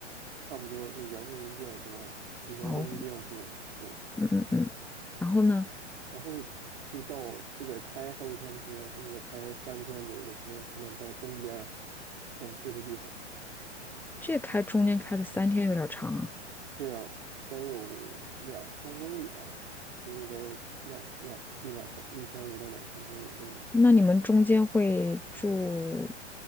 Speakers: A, on the right (about 60°); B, in the centre.
A: 差不多就是原住民比较多了，原住民比较多，
B: 哦，
A: 是的。
B: 嗯嗯嗯。然后呢，
A: 然后就到就得开好几天车，可能得开三天左右的车才能到东边儿想去的地方。
B: 这开中间开的三天有点长啊。
A: 对啊，得有两千公里吧，大概估计得有两两一两千一千五到两千公里中间，
B: 那你们中间会住